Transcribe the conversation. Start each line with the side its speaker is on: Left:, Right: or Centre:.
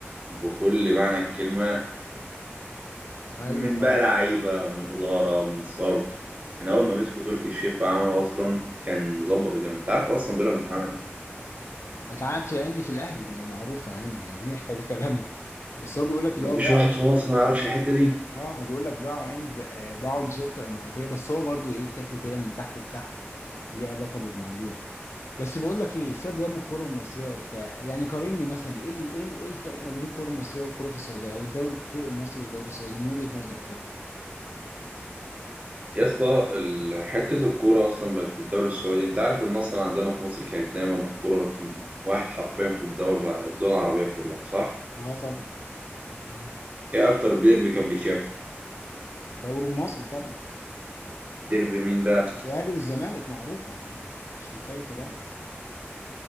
Right: بكل معنى الكلمة
Left: ايوه
Right: من
Left: طبعا
Right: بقى لعيبة من إدارة من صرف من أول ما مسكوا تركي الشيخ وعمل أصلا كان مظبط الجامد أنت عارف أصلا بيراميدز اتعمل إيه؟
Left: ما تعرف في عندي في الاهلي ما هي معروفة يعني يعني دي محتاجة كلام بس هو بيقول لك اللي
Right: مفيش
Left: هو باعه
Right: واحد في مصر ما يعرفش الحتة دي
Left: اه هو بيقول لك باعه عند آه، باعه لشركة اماراتية بس هو برضو ايه شكله كده من تحت لتحت ليه علاقة بالموضوع بس بقول لك ايه سيبك بقى من الكوره المصريه وبتاع يعني قارني مثلا ايه ال- ايه ال- إيه الفرق ما بين الكوره المصريه والكوره في السعوديه او الدوري الكو- المصري والدوري السعودي من وجهه نظرك يعني
Right: يا اسطى ال- حتة الكورة أصلا بقت في الدوري السعودي أنت عارف إن أصلا عندنا في مصر كانت دايما الكورة رقم واحد حرفيا في الدوري الدول العربية كلها صح؟
Left: اه طبعا مم.
Right: إيه أكتر ديربي كان بيتشاف؟
Left: الدوري المصري طبعا
Right: ديربي مين بقى؟
Left: الاهلي والزمالك معروفه يعني مش محتاجه كلام